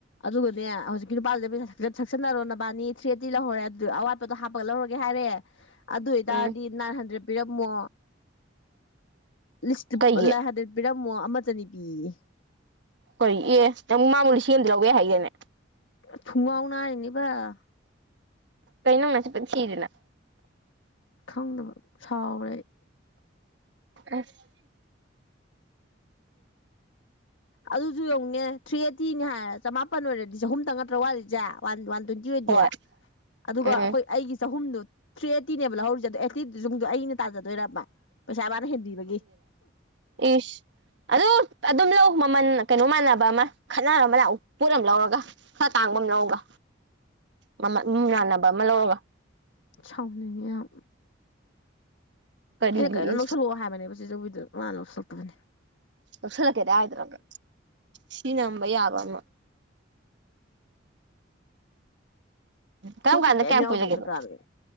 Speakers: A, on the left; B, on the right.
A: ꯑꯗꯨꯒꯅꯦ ꯍꯧꯖꯤꯛꯀꯤ ꯅꯨꯄꯥꯁꯤꯗ ꯄꯩꯁꯥ ꯁꯛꯆꯟꯅꯔꯣ ꯅꯕꯥꯅꯤ ꯊ꯭ꯔꯤꯑꯩꯠꯇꯤ ꯂꯧꯍꯧꯔꯦ ꯑꯗꯨ ꯑꯋꯥꯠꯄꯗꯣ ꯍꯥꯞꯄꯒ ꯂꯧꯔꯒꯦ ꯍꯥꯏꯔꯦ ꯑꯗꯨ ꯑꯣꯏꯇꯥꯔꯗꯤ
B: ꯎꯝ
A: ꯅꯥꯏꯟ ꯍꯟꯗ꯭ꯔꯦꯠ ꯄꯤꯔꯝꯃꯣ ꯂꯤꯁꯇ
B: ꯀꯩꯒꯤ
A: ꯂꯥꯏ ꯍꯟꯗ꯭ꯔꯦꯠ ꯄꯤꯔꯝꯃꯣ ꯑꯃ ꯆꯅꯤ ꯄꯤꯌꯦ
B: ꯀꯩ ꯑꯦ ꯅꯪ ꯃꯥꯕꯨ ꯂꯤꯁꯤꯡ ꯑꯝꯗ ꯂꯧꯌꯦ ꯍꯥꯏꯒꯤꯗꯥꯏꯅꯦ
A: <unintelligible>
B: ꯀꯩꯅꯣ ꯅꯆꯤꯟ ꯊꯤꯔꯤꯗꯨꯅ
A: ꯈꯪꯗꯕ ꯁꯥꯎꯔꯦ ꯑꯩ
B: ꯑꯁ <unintelligible>
A: ꯑꯗꯨꯖꯨ ꯌꯦꯡꯎꯅꯦ ꯊ꯭ꯔꯤ ꯑꯩꯠꯇꯤꯅꯤ ꯍꯥꯏ ꯆꯃꯥꯄꯟ ꯑꯣꯏꯔꯗꯤ ꯆꯍꯨꯝ ꯇꯪ ꯅꯠꯇ꯭ꯔ ꯋꯥꯠꯂꯤꯖꯦ ꯋꯥꯟ ꯋꯥꯟ ꯇ꯭ꯋꯦꯟ ꯇꯤ ꯑꯣꯏꯗꯤ
B: ꯍꯣꯏ
A: ꯑꯗꯨꯒ
B: ꯎꯝ
A: ꯑꯈꯣꯏ ꯑꯩꯒꯤ ꯆꯍꯨꯝꯗꯣ ꯊ꯭ꯔꯤ ꯑꯩꯠꯇꯤꯅꯦꯕ ꯂꯧꯍꯧꯔꯤꯖꯦ ꯑꯗꯣ ꯑꯩꯠꯇꯤꯗꯨꯖꯨꯡꯗꯨ ꯑꯩꯅ ꯇꯥꯖꯗꯣꯏꯔꯕ ꯄꯩꯁꯥ ꯃꯥꯅ ꯍꯦꯟꯕꯤꯕꯒꯤ
B: ꯏꯁ ꯑꯗꯣ ꯑꯗꯨꯝ ꯂꯧ ꯃꯃꯟ ꯀꯩꯅꯣ ꯃꯥꯟꯅꯕ ꯑꯃ ꯈꯠꯅꯔꯝꯃ ꯂꯥꯛꯎ ꯄꯣꯠ ꯑꯝ ꯂꯧꯔꯒ ꯈ ꯇꯥꯡꯕꯝ ꯂꯧꯒ ꯃꯃ ꯃꯤ ꯌꯥꯥꯟꯅꯕ ꯑꯃ ꯂꯧꯔꯒ
A: ꯁꯥꯎꯅꯤꯡꯉꯦ ꯌꯥꯝ
B: ꯀꯔꯤꯒꯤ
A: ꯑꯩꯅ ꯀꯩꯅꯣꯝ ꯂꯧꯁꯤꯜꯂꯛꯑꯣ ꯍꯥꯏꯕꯅꯦꯕ ꯆꯤꯖꯧꯕꯤꯗ ꯃꯥꯅ ꯂꯧꯁꯤꯜꯂꯛꯇꯕꯅꯦ
B: ꯂꯧꯁꯜꯂꯛꯀꯦꯗ ꯍꯥꯏꯗ꯭ꯔꯒ ꯁꯤ ꯅꯝꯕ ꯌꯥꯕ ꯑꯃ ꯀꯝ
A: ꯄꯣꯠꯁꯨ
B: ꯀꯥꯟꯗ
A: ꯀꯩꯝ
B: ꯀ꯭ꯌꯥꯝ
A: ꯌꯥꯎꯗꯕ
B: ꯀꯨꯏꯔꯒꯦꯕ
A: ꯖꯒꯥꯗꯅꯦ